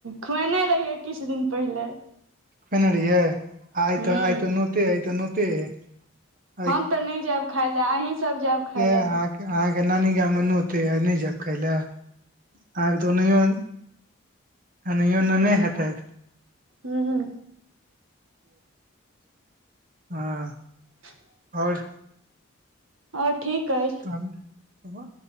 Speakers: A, on the right; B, on the right.
A: खुएने रहियै किछु दिन पहिले।
B: खुऐने रहियै आइतऽ
A: हूँ
B: आइतऽ नोउते अय नोउते अय।
A: हम तऽ नहि जायब खाय ले अहीं सब जायब। खाय
B: के
A: लए
B: अहांके अहाँके नानी गाम मे नोउत अइ आ नहि जायब खाय लए आहांके तऽ ओनहिओ ओनहिओ नाने हेतैत
A: हूं हूं
B: <inaudible> <inaudible> <inaudible> हँ
A: <inaudible>
B: और
A: और ठीक अछि
B: तब